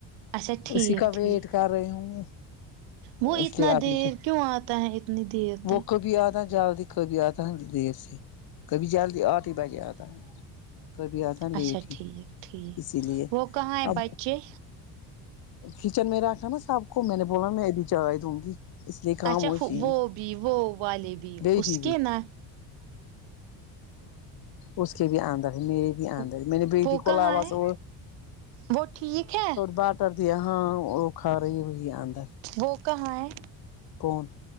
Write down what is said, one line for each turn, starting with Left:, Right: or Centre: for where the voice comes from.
Right: اچھا ٹھیک
Left: اسی کا ویٹ
Right: ٹھیک
Left: کر رہی ہوں
Right: وہ
Left: اس
Right: اتنا
Left: لیے آپ
Right: دیر
Left: لیجیے
Right: کیوں آتا ہے اتنی دیر تک
Left: وہ کو بھی اناجلدی کبھی آتا ہے دیر سے کبھی جلدی آٹھ ہی بجے آتا ہے کبھی آتا لیٹ
Right: اچھا
Left: ہی
Right: ٹھیک ٹھیک
Left: اسی لیے
Right: وہ کہا ہے
Left: اب
Right: بچہ
Left: کچن میں رکھا نہ سب میں نے بولا میں ابھی چاے دوں گی اس لیے کام
Right: اچھا
Left: خاموشی
Right: وہ بھی وہ والے
Left: بیٹی
Right: اس کے
Left: بھی
Right: نہ
Left: اس کے بھی آند ہے میرے بھی
Right: وہ
Left: آند ہے میری بیٹی کو
Right: کہاں
Left: بولا مسور
Right: ہے وہ ٹھیک ہے
Left: بٹر دیا ہاں وہ کھا رہی وہی اندر
Right: وہ کہاں ہے
Left: کون